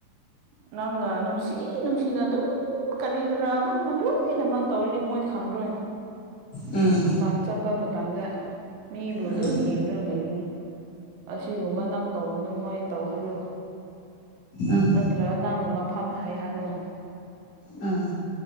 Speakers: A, on the right; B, on the left.
A: ꯅꯪꯅ ꯅꯨꯡꯁꯤ ꯅꯨꯡꯁꯤꯅ ꯑꯗꯨꯝ ꯀꯔꯤ ꯀꯔꯥ ꯅꯪꯅ ꯂꯣꯏꯅꯃꯛ ꯇꯧꯔꯤꯗꯤ ꯃꯣꯏ ꯈꯪꯗꯣꯏ
B: ꯎꯝ
A: ꯑ ꯄ ꯑꯟꯆꯥꯄꯃ ꯇꯉ ꯃꯤꯕꯨ
B: ꯎꯝ
A: ꯑꯗꯨꯝ ꯌꯦꯡꯗꯨꯅ ꯂꯩꯅꯤ ꯑꯁꯤꯒꯨꯝꯕ ꯅꯪ ꯇꯧꯅꯨ ꯃꯣꯏ ꯇꯧꯍꯜꯂꯨ
B: ꯎꯝ
A: ꯅꯠꯇ꯭ꯔꯒ ꯅꯪꯅ ꯃꯐꯝ ꯍꯥꯏꯍꯜꯂꯨ
B: ꯑꯝ